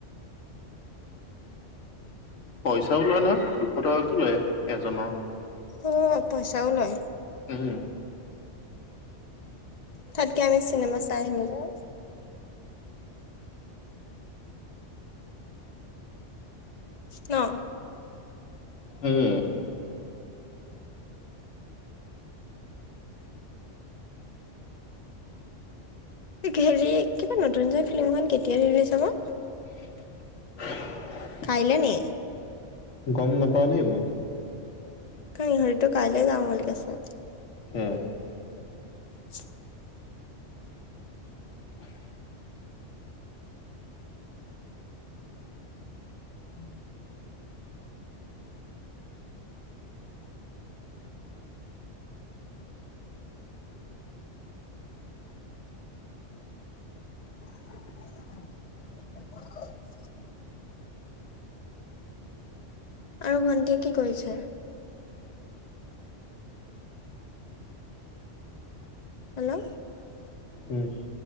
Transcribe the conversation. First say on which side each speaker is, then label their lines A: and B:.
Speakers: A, on the left; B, on the left.
A: পইচাও লয় নহয়। দুশ টকাকে লয়, এজনৰ।
B: উ, পইচাও লয়।
A: উম।
B: তাতকে আমি চিনেমা চাই আহিমগৈ। ন?
A: উম,
B: হেৰি, কিবা নতুন যে ফিল্মখন কেতিয়া ৰিলিজ হৈছে বা?
A: <unintelligible>
B: কাইলে নি?
A: গম নাপাও দেই মই।
B: কে হৰি ত' কাইলে যাম বুলি কৈছে।
A: কি হ'ল।
B: <unintelligible>
A: <unintelligible> <unintelligible>
B: চ্ছঊূূ দে ূজ্ৰঊূ আৰু ভণ্টিয়ে কি কৰিছে? হেল্ল',
A: উম,